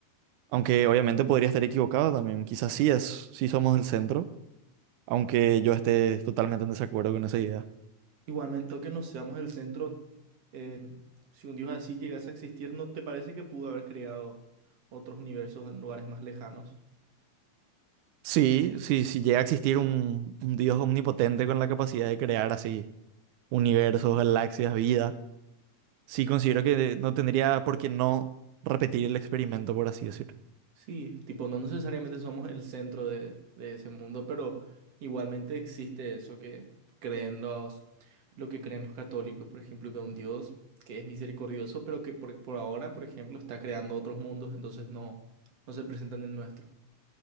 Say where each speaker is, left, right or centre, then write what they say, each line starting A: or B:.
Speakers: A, on the right; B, on the right.
A: Aunque obviamente podría estar equivocado también. Quizás sí es, sí somos el centro, aunque yo esté totalmente en desacuerdo con esa idea.
B: Igualmente, que no seamos el centro, eh, si un Dios así llegase a existir, ¿no te parece que pudo haber creado otros universos en lugares más lejanos?
A: Sí, sí, sí llega a existir un, un Dios omnipotente con la capacidad de crear así universos, galaxias, vida, sí considero que no tendría por qué no repetir el experimento, por así decirlo.
B: Sí, tipo, no necesariamente somos el centro de, de ese mundo, pero igualmente existe eso que creen los, lo que creen los católicos, por ejemplo, que un Dios que es misericordioso, pero que por, por ahora, por ejemplo, está creando otros mundos, entonces no, no se presentan en nuestro.